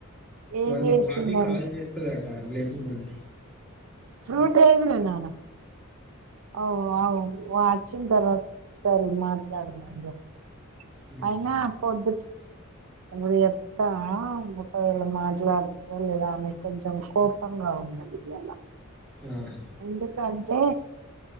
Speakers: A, on the right; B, in the centre.
A: ఏం
B: వాళ్ళ
A: చేసిందండి
B: బాబీ కాల్ చేస్తుదట లేపు మన్న
A: ఫ్రూట్ ఏది రా నాన్న అఓ అవు వచ్చిన తర్వాత ఒకసారి మాట్లాడుమని చెప్త
B: హ్మ్.
A: అయినా పొద్దు ఇప్పుడు చెప్తా ఒకవేళ మాట్లాడుత లేదా అని కొంచెం కోపంగా ఉన్నది ఇవాలా
B: ఆహా!
A: ఎందుకంటే